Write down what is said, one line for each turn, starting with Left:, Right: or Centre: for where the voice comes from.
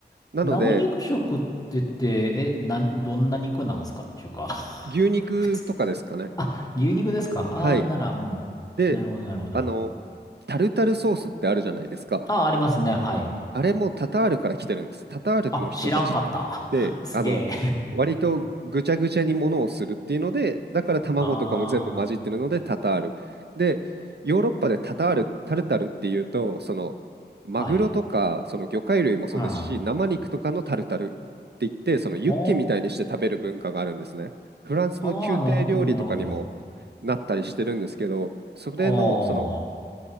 Right: なので
Left: 生肉食って言って、え、なん、どんな肉なんすかっていうか <laughs>
Right: 牛肉とかですかね。
Left: 普通。あ、牛肉ですかああー、
Right: はい。
Left: なら、うん。
Right: で、
Left: なるほど、なるほど。
Right: あの、タルタルソースってあるじゃないですか。
Left: あ、ありますね、はい。
Right: あれもタタールから来てるんです。タタールの人たちっ
Left: あ、知らんかった。
Right: て、
Left: <laughs> すげえ。
Right: あの、割とぐちゃぐちゃにものをするっていうので、だから卵とかも全部混じってるのでタタール。
Left: <laughs> あ
Right: で、ヨーロッパでタタール、タルタルっていうと、その、マグロとか、
Left: あ、はい。
Right: その魚介類もそうですし、
Left: うん。あ
Right: 生肉とかのタルタルって言って、そのユッケみたいにして食べる文化があるんですね。
Left: ー
Right: フランスの宮廷料理とかにも
Left: あー、なるほど、なるほど。
Right: なったりしてるんですけど、それの、
Left: あ
Right: その、